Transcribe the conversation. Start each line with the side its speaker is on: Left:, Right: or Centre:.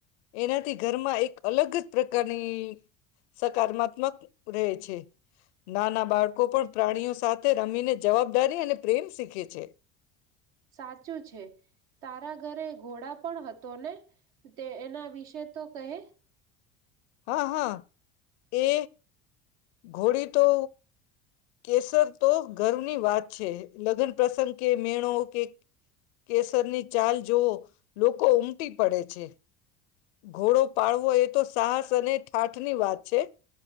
Left: એનાથી ઘરમાં એક અલગ જ પ્રકારની સકારમાત્મક રહે છે. નાના બાળકો પણ પ્રાણીઓ સાથે રમીને જવાબદારી અને પ્રેમ શીખે છે.
Right: સાચું છે તારા ઘરે ઘોડા પણ હતો ને તે એના વિશે તો કહે
Left: હા હા. એ ઘોડી તો કેસર તો ગર્વની વાત છે લગ્ન પ્રસંગ કે મેણ નો ઓકે. કેસરની ચાલ જોવો લોકો ઉમટી પડે છે. ઘોડો પાડવો એ તો સાહસ અને ઠાઠ ની વાત છે